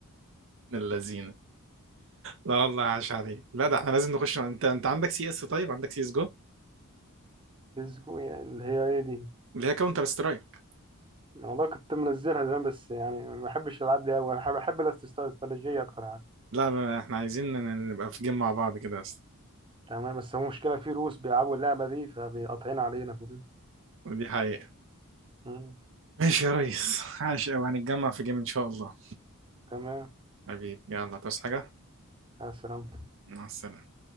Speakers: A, on the right; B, on the right.
A: اللذينة لا والله عاش عليك لا ده احنا لازم نخش انت انت عندك سي اس طيب عندك سي اس جو
B: الزقوم يعني اللي هي ايه دي
A: اللي هي كاونتر سترايك
B: والله كنت منزلها زمان بس يعني ما بحبش الالعاب دي قوي بحب بحب الاستراتيجية اكتر يعني
A: لا لا احنا عايزين ن- نبقى في جيم مع بعض كده بس
B: تمام بس هو مشكلة في روس بيلعبوا اللعبة دي فبيقطعين علينا كلنا
A: ودي حقيقة
B: مم.
A: ماشي يا ريس عاش أوي هنتجمع في جيم إن شاء الله
B: تمام
A: حبيبي يلا تصحى حاجة
B: السلام
A: مع السلامة